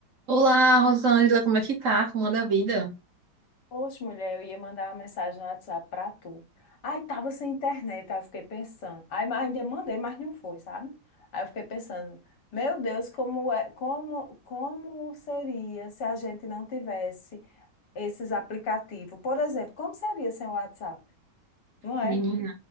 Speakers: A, on the right; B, on the left.
A: Olá, Rosângela, como é que tá? Como anda a vida?
B: Poxa, mulher, eu ia mandar uma mensagem no WhatsApp pra tu. Aí tava sem internet, aí eu fiquei pensando. Aí ma- ainda mandei, mas não foi, sabe? Aí eu fiquei pensando, meu Deus, como é, como, como seria se a gente não tivesse esses aplicativos? Por exemplo, como seria sem o WhatsApp? Não é?
A: Menina,